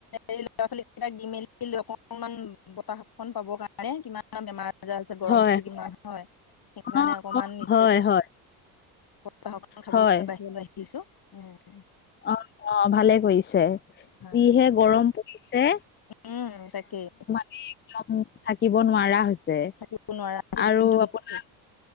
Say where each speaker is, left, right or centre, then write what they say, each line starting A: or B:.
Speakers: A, on the left (about 45°); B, on the left (about 25°).
A: এই ল'ৰা ছোৱালী কেইটাক দি মেলি লৈ অকনমান বতাহ খন পাব কাৰণে মানে কিমান বেমাৰ আজাৰ হৈছে গৰমটো
B: হয়
A: কিমান হয় সেইকাৰণে
B: অ
A: অকমান
B: অ
A: নিজকে
B: হয় হয়
A: সপ্তাহৰ কাৰণে খাবলৈ
B: হয়
A: বাঢ়িয়ে বাঢ়ি দিছো উম
B: অ অ ভালে কৰিছে
A: হয়
B: যিহে
A: হয়
B: গৰম পৰিছে।
A: উম তাকেই
B: এ একদম থাকিব নোৱাৰা হৈছে
A: থাকিব নোৱাৰা আজি দিনটো
B: আৰু
A: বেছি
B: আপোনাৰ